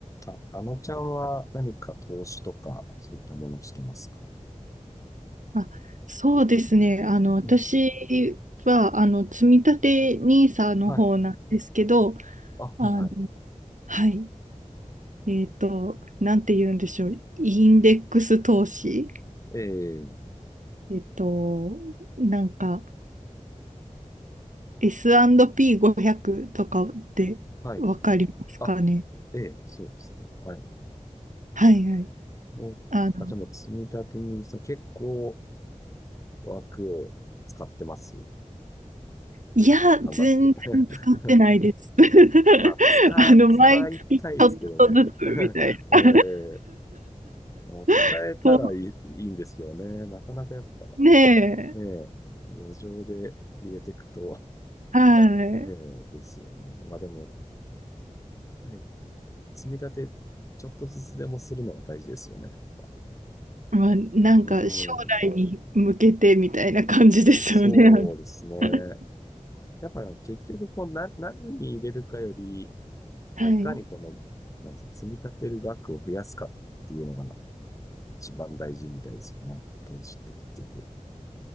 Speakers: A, on the left (about 25°); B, on the right (about 75°).
A: あ、あのちゃんは何か投資とか、そういったものをしてますか
B: あ、そうですね。あの、私は、
A: うん。
B: あの、積み立て n i s の方なんですけど、
A: はい。あ、
B: あの、
A: はいはい。
B: はい。えっと、なんて言うんでしょう。インデックス投資。
A: ええ、
B: えっと、なんか、S&P500 とかってわかりますかね。
A: はい。あ、ええ、そうですね。はい。
B: はいはい。
A: もう、
B: あの、
A: あ、じゃあもう積み立てにさ結構枠を使ってます。
B: いや、
A: 頑張って。
B: 全然使ってないです。
A: <laughs>
B: <laughs>
A: まあ、使、
B: あの、
A: 使いたいですけどね。
B: 毎月ちょっとずつみたいな。
A: <laughs> ええ、もう使えたらいい、
B: <laughs> そう
A: いいんですけどね。なかなかやっぱ、ね
B: ねえ、
A: え、余剰で入れていくと、
B: は
A: ねえ、
B: い。
A: ですよね。まあでも、ね、積み立て、ちょっとずつでもするのが大事ですよね、やっぱ。
B: まあ、なんか将来に向けてみたいな感じですよね。
A: うん。そうですね。
B: <laughs>
A: やっぱ結局、こう、な、何に入れるかより、まあ、
B: はい。
A: いかにこの、なんていうの積み立てる額を増やすかっていうのが一番大事みたいですよね。投資って結局。